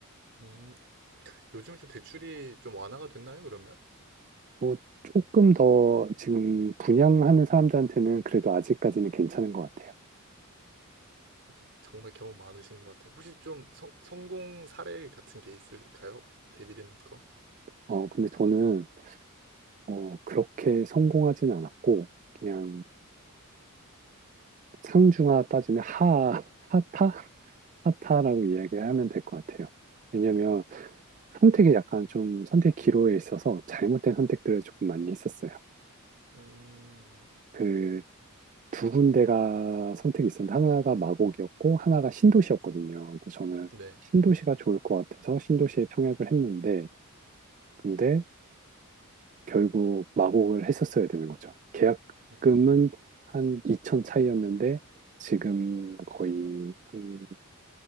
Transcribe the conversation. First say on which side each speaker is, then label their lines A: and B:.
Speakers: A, on the right; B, on the right.
A: 음, 요즘 좀 대출이 좀 완화가 됐나요, 그러면?
B: 뭐 조금 더 지금 분양하는 사람들한테는 그래도 아직까지는 괜찮은 것 같아요.
A: 혹시 정말 경험 많으신 것 같아요. 혹시 좀 성, 성공 사례 같은 게 있을까요? 데이비드님 거?
B: 어, 근데 저는 어, 그렇게 성공하진 않았고, 그냥 상중하 따지면 하, 하타? 하타라고 이야기하면 될 것 같아요. 왜냐면 선택이 약간 좀 선택 기로에 있어서 잘못된 선택들을 조금 많이 했었어요.
A: 음,
B: 그 두 군데가 선택이 있었는데 하나가 마곡이었고 하나가 신도시였거든요. 그래서 저는
A: 네.
B: 신도시가 좋을 것 같아서 신도시에 청약을 했는데 근데 결국 마곡을 했었어야 되는 거죠. 계약금은
A: 음,
B: 한 2천 차이였는데 지금 거의 한